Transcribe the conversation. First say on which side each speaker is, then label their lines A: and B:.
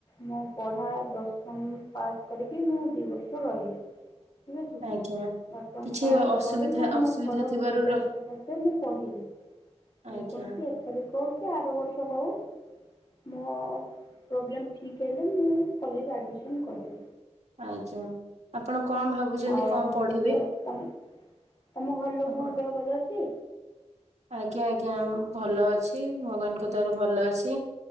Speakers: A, on the left (about 35°); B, on the right (about 70°).
A: ମୋ ପଢା ଦଶମ ପାସ୍ କରିକି ମୁଁ ଦି ବର୍ଷ ରହିଲି। ଠିକ୍ ଅଛି।
B: ଆଜ୍ଞା।
A: ଦଶମ
B: କିଛି
A: ପାସ୍
B: ଅସୁବିଧା
A: ପରେ ମୁଁ ଆମ
B: ଅସୁବିଧା
A: ଘର
B: ଥିବାରୁ
A: ପ୍ରୋବ୍ଲେମ୍
B: ର
A: ସକାଶେ ମୁଁ ପଢିନି।
B: ଆଜ୍ଞା
A: ଯେକୌଣସି ଏଥରିକ ହଉ କି ଆର ବର୍ଷ ହଉ ମୋ ପ୍ରୋବ୍ଲେମ୍ ଠିକ୍ ହେଲେ ମୁଁ କଲେଜ ଆଡମିସନ୍ କରିବି।
B: ଆଜ୍ଞା। ଆପଣ କଣ ଭାବୁଛନ୍ତି
A: ଆଉ
B: କଣ
A: ମୋ
B: ପଢିବେ
A: ଘ ତମ୍ ତମ ଘର ଲୋକଙ୍କ
B: ଆପଣ?
A: ଦେହ ଭଲ ଅଛି?
B: ଆଜ୍ଞା ଆଜ୍ଞା ଭଲ ଅଛି। ଏଇ ଭଗବାନଙ୍କ ଦୟାରୁ ଭଲ ଅଛି।